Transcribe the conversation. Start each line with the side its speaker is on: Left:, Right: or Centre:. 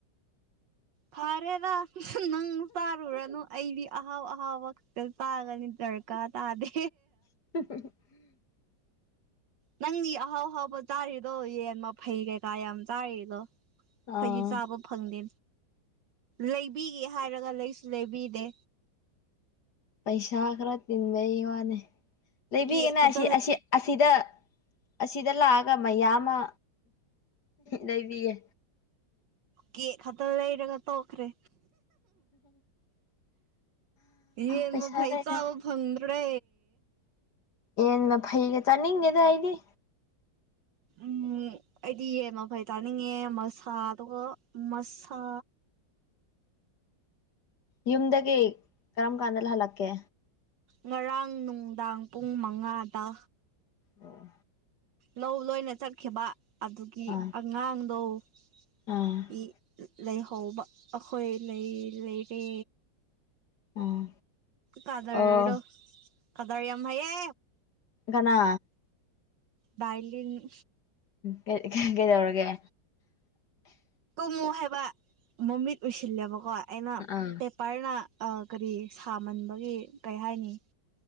Right: ꯐꯔꯦꯗꯥ ꯅꯪ ꯇꯥꯔꯨꯨꯔꯅꯣ ꯑꯩꯗꯤ ꯑꯍꯥꯎ ꯑꯍꯥꯎꯕꯛꯇ ꯇꯥꯒꯅꯤ ꯇꯔꯀꯥ ꯇꯥꯗꯦ
Left: <inaudible>
Right: ꯅꯪꯒꯤ ꯑꯍꯥꯎ ꯑꯍꯥꯎꯕ ꯆꯥꯔꯤꯗꯣ ꯌꯦꯟ ꯃꯐꯩ ꯀꯩꯀꯥ ꯌꯥꯝ ꯆꯥꯔꯤꯗꯣ
Left: ꯑꯥ
Right: ꯍꯖꯤ ꯆꯥꯕ ꯐꯪꯗꯦ ꯂꯩꯕꯤꯒꯦ ꯍꯥꯏꯔꯒ ꯂꯩꯁꯨ ꯂꯩꯕꯤꯗꯦ
Left: ꯄꯩꯁꯥ ꯈꯔ ꯇꯤꯟꯕꯩ ꯋꯥꯅꯤ ꯂꯩꯕꯤꯒꯦꯅ
Right: ꯀꯦꯛ ꯈꯛꯇ
Left: ꯑꯁꯤ ꯑꯁꯤꯗ ꯑꯁꯤꯗ ꯂꯥꯛꯑꯒ ꯃꯌꯥꯝ ꯑꯃ ꯂꯩꯕꯤꯒꯦ
Right: ꯀꯦꯛ ꯈꯛꯇ ꯂꯩꯔꯒ ꯇꯣꯛꯈ꯭ꯔꯦ ꯌꯦꯟ
Left: ꯄꯩꯁꯥ
Right: ꯃꯐꯩ
Left: ꯂꯩꯗꯅ
Right: ꯆꯥꯕ ꯐꯪꯗ ꯗ꯭ꯔꯦ
Left: ꯌꯦꯜ ꯐꯩꯒ ꯆꯥꯅꯤꯡꯉꯦꯗ ꯑꯩꯗꯤ
Right: ꯎꯝ ꯑꯩꯗꯤ ꯌꯦꯟ ꯃꯐꯩ ꯇꯥꯅꯤꯡꯉꯦ ꯃꯁꯥ ꯑꯗꯨꯒ ꯃꯁꯥ
Left: ꯌꯨꯝꯗꯒꯤ ꯀꯔꯝ ꯀꯥꯟꯗ ꯍꯜꯂꯛꯀꯦ
Right: ꯉꯔꯥꯡ ꯅꯨꯡꯗꯥꯡ ꯄꯨꯡ ꯃꯉꯥꯗ
Left: ꯑꯣ
Right: ꯂꯧ ꯂꯣꯏꯅ ꯆꯠꯈꯤꯕ ꯑꯗꯨꯒꯤ
Left: ꯑꯥ
Right: ꯑꯉꯥꯡꯗꯣ ꯍ
Left: ꯑꯥ
Right: ꯂꯩꯍꯧꯕ ꯑꯩꯈꯣꯏ ꯂꯩꯔꯦ
Left: ꯑꯥ
Right: ꯀꯗꯔꯣ
Left: ꯑꯣ
Right: ꯀꯗꯔ ꯌꯥꯝꯝ ꯍꯥꯏꯌꯦ
Left: ꯀꯅꯥ
Right: ꯇꯥꯏ <unintelligible>
Left: ꯀ ꯀꯩꯗꯧꯔꯒꯦ
Right: ꯌꯦꯉꯣ ꯍꯥꯏꯕ ꯃꯃꯤꯠ ꯎꯁꯤꯜꯂꯦꯕꯀꯣ ꯑꯩꯅ
Left: ꯑꯥ
Right: ꯄꯦꯄꯔꯅ ꯀꯔꯤ ꯁꯥꯃꯟꯕꯒꯤ ꯀꯩ ꯍꯥꯏꯅꯤ